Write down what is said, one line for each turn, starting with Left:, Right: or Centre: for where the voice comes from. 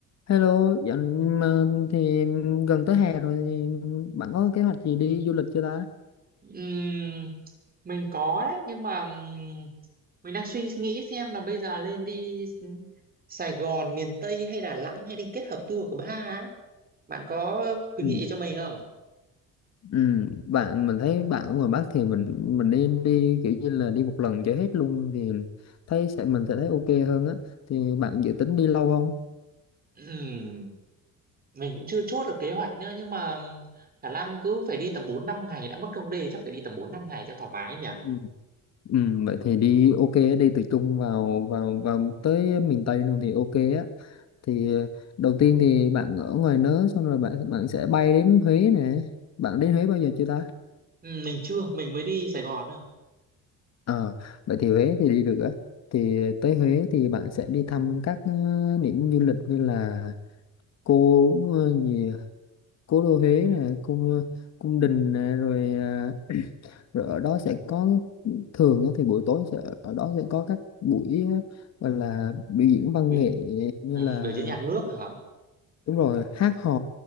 Left: Hello, dạo mà thì gần tới hè rồi thì bạn có kế hoạch gì đi du lịch chưa ta?
Right: Ừm, mình có đấy nhưng mà ừm, mình đang suy nghĩ xem là bây giờ lên đi Sài Gòn miền Tây hay Đà Nẵng hay đi kết hợp tour của ba á. Bạn có khuyến
Left: Ừ.
Right: nghị gì cho mình không?
Left: Ừ, bạn mình thấy bạn ở ngoài Bắc thì mình mình đi đi kiểu như là đi một lần cho hết luôn thì thấy sẽ mình sẽ thấy ok hơn á. Thì bạn dự tính đi lâu không?
Right: Ừm, mình cũng chưa chốt được kế hoạch nữa nhưng mà khả năng cứ phải đi tầm 4 5 ngày đã mất công đê chắc phải đi tầm 4 5 ngày cho thoải mái nhỉ.
Left: Ừ. Ừ, vậy thì đi ok á, đi từ Trung vào vào vào tới miền Tây luôn thì ok á. Thì ờ, đầu tiên thì bạn ở ngoài nớ xong rồi bạn bạn sẽ bay đến Huế nè. Bạn đến Huế bao giờ chưa ta?
Right: Ừm, mình chưa, mình mới đi Sài Gòn thôi.
Left: Ờ, vậy thì Huế thì đi được á. Thì tới Huế thì bạn sẽ đi thăm các ờ, điểm du lịch như là cô ờ, gì à? cố đô Huế nè, cung ờ, cung đình nè, rồi, ờ, <clears throat> rồi ở đó sẽ có thường á thì buổi tối sẽ ở đó sẽ có các buổi ờ, gọi là biểu diễn văn
Right: Bị,
Left: nghệ như
Right: ừm,
Left: là
Right: biểu diễn nhạc nước hả?
Left: đúng rồi hát hò